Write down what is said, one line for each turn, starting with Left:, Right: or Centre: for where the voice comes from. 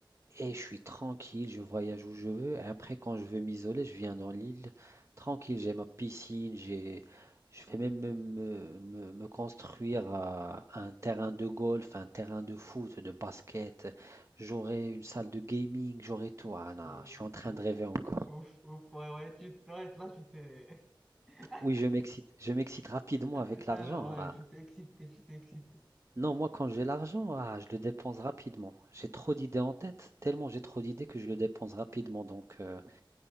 Right: et je suis tranquille, je voyage où je veux. Et après, quand je veux m'isoler, je viens dans l'île, tranquille, j'ai ma piscine, j'ai, je vais même me, me- me- me construire euh, un terrain de golf, un terrain de foot, de basket. J'aurai une salle de gaming, j'aurai tout. Ah non,
Centre: Ouf,
Right: je suis en train
Centre: ouf,
Right: de rêver encore.
Centre: ouf, ouf, ouais, ouais, tu t'arrêtes là, tu t'es. <laughs>
Right: Oui, je m'excite, je m'excite rapidement
Centre: Ah,
Right: avec l'argent.
Centre: ah, ouais,
Right: Ah,
Centre: je t'ai excité, je t'ai excité.
Right: Non, moi quand j'ai l'argent, ah, je le dépense rapidement. J'ai trop d'idées en tête, tellement j'ai trop d'idées que je le dépense rapidement, donc euh,